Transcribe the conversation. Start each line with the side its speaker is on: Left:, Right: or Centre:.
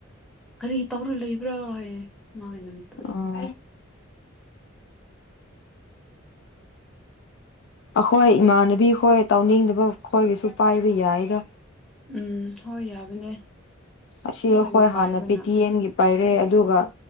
Centre: ꯀꯔꯤ ꯇꯧꯔ ꯂꯩꯕ꯭ꯔꯥ ꯍꯥꯏꯌꯦ ꯃꯥꯒꯤ ꯅꯨꯃꯤꯠ
Left: ꯑꯣ ꯑꯈꯣꯏ ꯏꯃꯥꯟꯅꯕꯤ ꯈꯣꯏ ꯇꯧꯅꯤꯡꯗꯕ ꯈꯣꯏꯒꯤꯁꯨ ꯄꯥꯏꯕ ꯌꯥꯏꯗ
Centre: ꯎꯝ ꯍꯣꯏ ꯌꯥꯕꯅꯦ
Left: ꯑꯁꯤ
Centre: ꯃꯣꯏꯒꯤ
Left: ꯑꯩꯈꯣꯏ
Centre: ꯄꯥꯏꯕꯅ
Left: ꯍꯥꯟꯅ ꯄꯤ ꯇꯤ ꯑꯦꯝꯒꯤ ꯄꯥꯏꯔꯦ ꯑꯗꯨꯒ